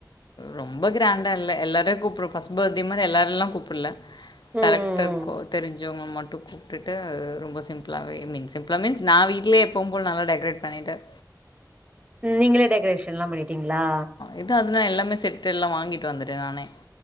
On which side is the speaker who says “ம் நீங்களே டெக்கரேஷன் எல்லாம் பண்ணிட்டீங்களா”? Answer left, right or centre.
Right